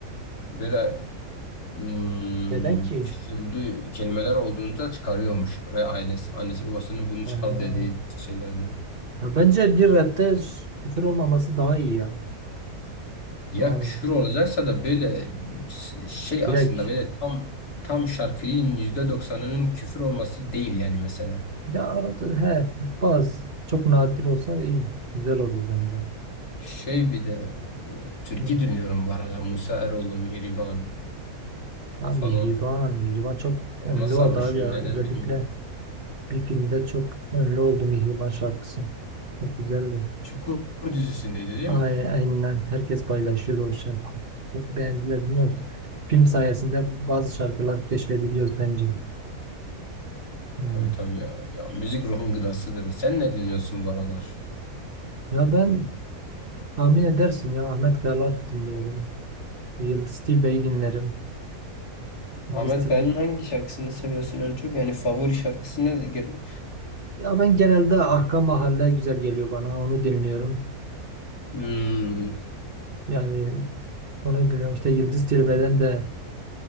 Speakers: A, on the left; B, on the right.
A: Böyle hmm,
B: Neden ki?
A: küfürlü kelimeler olduğunda çıkarıyormuş ve ailesi annesi babasının bunu
B: Ha.
A: çıkar dediği şeylerdi.
B: Ya bence bir rapte ş- küfür olmaması daha iyi ya.
A: Ya
B: Yani
A: küfür olacaksa da böyle s- şey
B: direkt
A: aslında böyle tam tam şarkının yüzde doksanının küfür olması değil yani mesela.
B: ya arada he bazı çok nadir olsa iyi. Güzel olur bence.
A: Şey bir de e, türkü
B: Hı.
A: dinliyorum bu arada. Musa Eroğlu, Mihriban
B: Ya
A: falan.
B: Mihriban, Mihriban çok
A: Ona
B: ünlü
A: sarmışım
B: oldu abi ya.
A: neden
B: Özellikle
A: bilmiyorum.
B: bir filmde çok ünlü oldu Mihriban şarkısı. Çok güzeldi.
A: Çukur dizisindeydi değil
B: Ay,
A: mi?
B: aynen herkes paylaşıyordu o şarkıyı. Çok beğendiler biliyor musun? Film sayesinde bazı şarkılar keşfediliyoruz bence. Yani.
A: Tabii tabii ya. Ya müzik ruhun gıdasıdır. Sen ne dinliyorsun bu aralar?
B: Ya ben tahmin edersin ya Ahmet Kayalar dinliyorum. Yıldız Tilbe'yi dinlerim. Yıldız
A: Ahmet
B: Tilbe.
A: Kaya'nın hangi şarkısını seviyorsun en çok? Yani favori şarkısı nedir?
B: Ya ben genelde Arka Mahalle güzel geliyor bana. Onu dinliyorum.
A: Hmm.
B: Yani onu dinliyorum. İşte Yıldız Tilbe'den de